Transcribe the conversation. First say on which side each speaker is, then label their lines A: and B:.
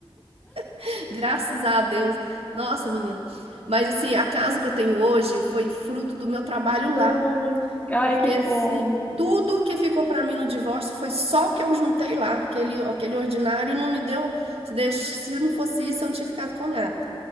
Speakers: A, on the right; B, on the left.
A: <laughs> Graças a Deus. Nossa, menina. Mas assim, a casa que eu tenho hoje foi fruto do meu trabalho
B: Ai,
A: lá.
B: ai,
A: Porque
B: que bom.
A: se tudo que ficou para mim no divórcio foi só o que eu juntei lá, aquele, aquele ordinário não me deu, se, deix- se não fosse isso, eu não tinha ficado com nada.